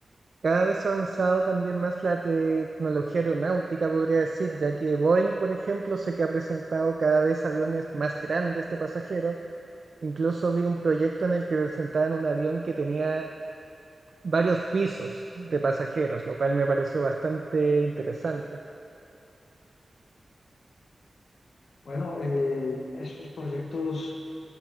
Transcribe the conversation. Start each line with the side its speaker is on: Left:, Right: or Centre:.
Right: Cada vez ha avanzado también más la tecnología aeronáutica, podría decir, ya que Boeing, por ejemplo, sé que ha presentado cada vez aviones más grandes de pasajeros. Incluso vi un proyecto en el que presentaban un avión que tenía varios pisos de pasajeros, lo cual me pareció bastante interesante.
Left: Bueno, eh, esos proyectos